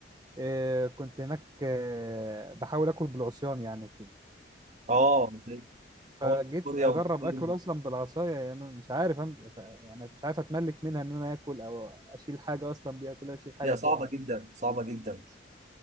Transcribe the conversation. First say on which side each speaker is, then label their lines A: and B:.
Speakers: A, on the right (about 20°); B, on the right (about 40°).
A: آه، كنت هناك آه، بحاول اكل بالعصيان يعني وكده
B: اه
A: فجيت
B: هو سوريا
A: اجرب
B: والصين
A: اكل اصلا بالعصايه يعني أنا مش عارف أم... يعني مش عارف اتملك منها ان انا اكل او اشيل حاجه اصلا بيها كل ما اشيل حاجه
B: هي
A: تقع
B: صعبة جدا صعبة جدا